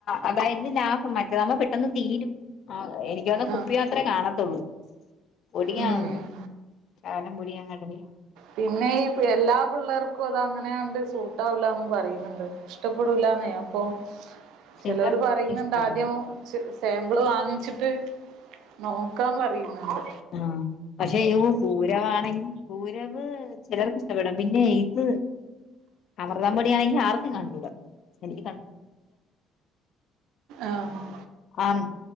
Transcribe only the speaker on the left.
അതായിരുന്നു ലാഭം. മറ്റേതാവുമ്പോ പെട്ടെന്ന് തീരും ആഹ് എനിക്കതോന്ന കുപ്പി
മാത്രമേ കാണത്തുള്ളൂ പൊടി കാണൂല
<unintelligible>
ചിലർക്ക്
ഇഷ്ടമാണ്
ആഹ് പക്ഷെ യൂ പൂരവാണെങ്കിൽ പൂരവ് ചിലർക്ക് ഇഷ്ടപ്പെടാം പിന്നെ ഇത് അമൃത പൊടിയണെങ്കിൽ ആർക്കും കണ്ടുട. എനിക്ക്
ആ ഉം